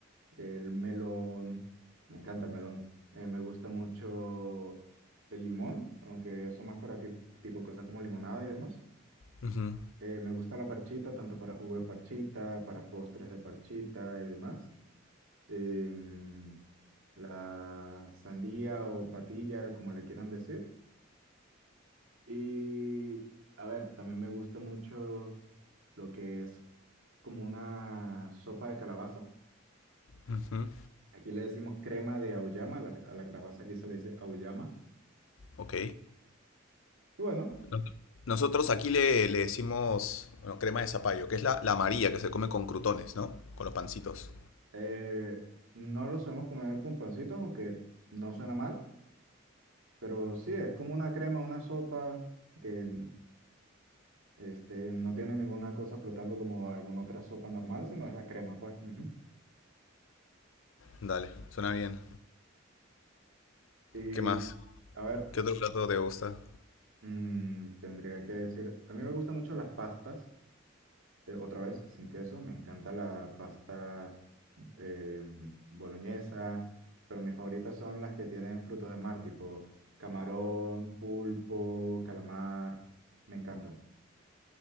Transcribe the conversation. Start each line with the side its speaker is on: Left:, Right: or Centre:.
Right: el melón, me encanta el melón, Eh, me gusta mucho el limón, aunque eso más para ti- tipo cosas como limonada y demás.
Left: Ujú,
Right: Eh, me gusta la parchita, tanto para jugo de parchita, para postres de parchita y demás. Em, la sandía o patilla, como le quieran decir. Y a ver, también me gusta mucho lo que es como una sopa de calabaza.
Left: ujú.
Right: Aquí le decimos crema de auyama, a la, a la calabaza aquí se le dice auyama.
Left: Ok.
Right: Y bueno,
Left: No- Nosotros aquí le, le decimos, bueno, crema de zapallo, que es la, la amarilla que se come con crutones, ¿no? Con los pancitos.
Right: eh, no lo solemos comer con pancitos, aunque no suena mal, pero sí, es como una crema, una sopa que este, no tiene ninguna cosa flotando como alguna otra sopa normal, sino es la crema, pues. Ujú.
Left: Dale, suena bien.
Right: Y
Left: ¿Qué más?
Right: a ver,
Left: ¿Qué otro plato te gusta?
Right: mm, tendría que decir, a mí me gustan mucho las pastas. eh, otra vez, sin queso. Me encanta la pasta em, boloñesa, pero mis favoritas son las que tienen frutos de mar, tipo camarón, pulpo, calamar. Me encantan.